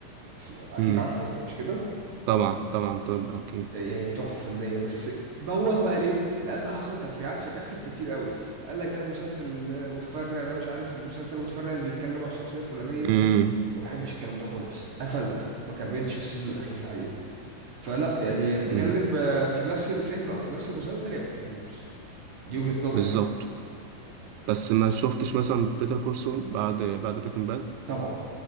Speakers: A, on the right (about 65°); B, on the right (about 85°).
A: اكيد
B: امم
A: عارفه مش كده
B: طبعا طبعا تود اكيد
A: يعني تحفة فنية بس بوغ بقى ليه لان حصل تفريعات في الاخر كتير قوي قال لك ده المسلسل آه، متفرع ده مش عارف المسلسل المتفرع اللي بيتكلم عن الشخصية الفلانية
B: امم
A: ما بحبش الكلام ده خالص قفلت ما كملتش السيزون الاخير الحقيقة فلا يعني يا تتكلم
B: امم
A: آه، في نفس الفيلم او في نفس المسلسل يا ما تتكلمش دي وجهة نظري
B: بالظبط
A: يعني.
B: بس ما شفتش مثلا بيتر كورسول بعد بعد بريكنج باد
A: طبعا